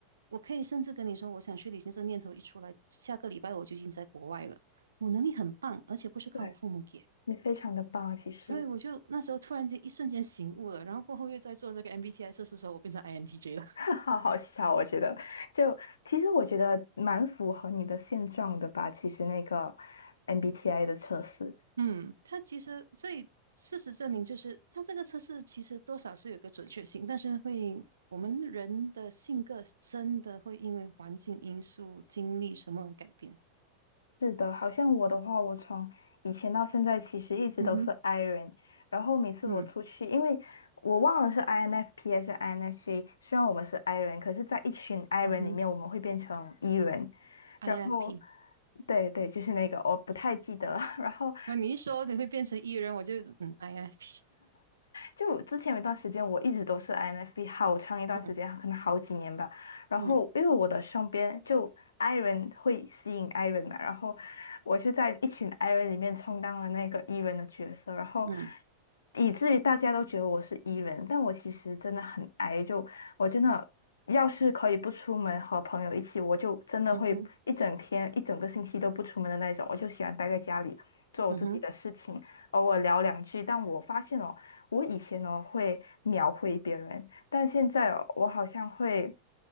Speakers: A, on the right; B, on the left.
A: 我可以甚至跟你说，我想去旅行，这念头一出来，下个礼拜我就已经在国外了。我能力很棒，而且不是靠我父母给，
B: 对，你非常的棒，其实，
A: 所以我就那时候突然间一瞬间醒悟了，然后过后又在做那个 MBTI 测试的时候，我变成 INTJ 了。
B: <laughs> 好好笑，我觉得，就其实我觉得蛮符合你的现状的吧，其实那个 MBTI 的测试，
A: 嗯，它其实，所以事实证明，就是它这个测试其实多少是有个准确性，但是会我们人的性格真的会因为环境因素、经历什么而改变。
B: 是的，好像我的话，我从以前到现在其实一直都是
A: 嗯哼，
B: I r o n 然后每次我出去，
A: 嗯
B: 因为我忘了是 INFP 还是 INFJ，虽然我们是 I r o n 可是在一群 I
A: 嗯哼
B: r o n 里面，我们会变成 E 人，
A: ，INFP。
B: 然后对对，就是那个我不太记得了 <laughs> 然后
A: 那你一说你会变成 E 人，我就嗯 INFP。
B: 就我之前有一段时间，我一直都是 INFP，好长一段时间，
A: 嗯
B: 可能好几年吧。然后因为我的身边就
A: 嗯
B: I 人会吸引 I 人嘛，然后我就在一群 I 人里面充当了那个 E 人的角色，然后
A: 嗯
B: 以至于大家都觉得我是 E 人，但我其实真的很 I，就我真的要是可以不出门和朋友一起，我就真的会一整天、
A: 嗯哼
B: 一整个星期都不出门的那种，我就喜欢待在家里做我自己的事情，
A: 嗯哼
B: 偶尔聊两句。但我发现哦。我以前呢会秒回别人，但现在哦我好像会